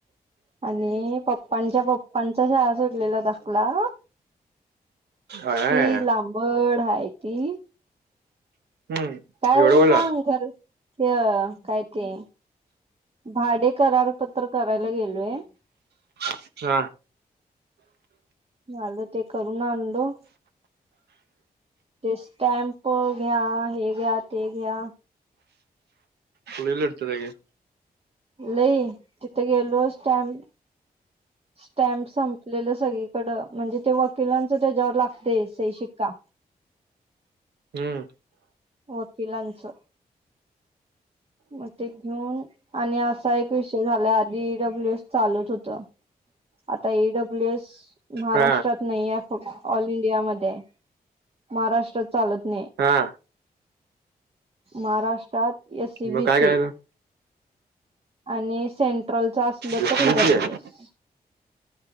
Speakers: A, on the right; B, on the right.
A: आणि पप्पांच्या पप्पांचा शाळा सुटलेला दाखला
B: आया
A: शी
B: आया
A: लांबड आहेाय ती
B: हम्म
A: काय झालं
B: एवढं बोला
A: सांग खरं ह काय ते भाडे करारपत्र करायला गेलोय
B: अच्छा
A: झालं ते करून आणलो ते स्टॅम्प घ्या हे घ्या ते घ्या
B: त एल्तरे
A: लई तथ गेलो टम स्टॅम्प संपलेलं सगळीकडं म्हणजे ते वकिलांच त्याच्यावर लागते स शिक्का
B: हम्म
A: ओकिलानच मग ते घेऊन आणि असा एक विषय झाला आधी ईडब्ल्यू एस चालत होत आता एडब्ल्यू एस महाराष्ट्रात
B: हा
A: नाही आहे ऑल इंडिया मध्ये महाराष्ट्रात चालत नाही
B: हां
A: महाराष्ट्रात एसईबीसी
B: मग काय करायचं
A: आणि सेंट्रलचं असलं
B: एसबीसी
A: तर ईडब्ल्यू
B: आहे
A: एस